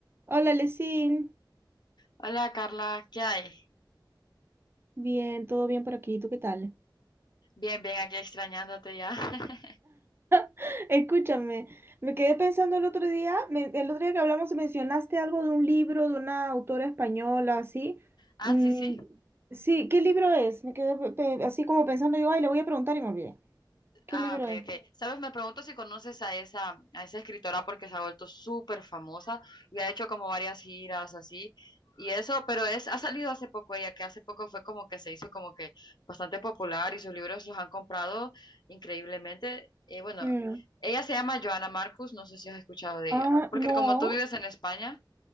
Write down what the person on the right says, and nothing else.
Hola, Lesin.
Bien, todo bien por aquí. ¿Tú qué tal?
<laughs> Escúchame, me quedé pensando el otro día, me- el otro día que hablamos mencionaste algo de un libro de una autora española, así.
Mm,
sí, ¿qué libro es? Me quedé pe- pe- así como pensando, yo, ay, le voy a preguntar y me olvidé. ¿Qué
libro
es?
Mm.
Ah,
no.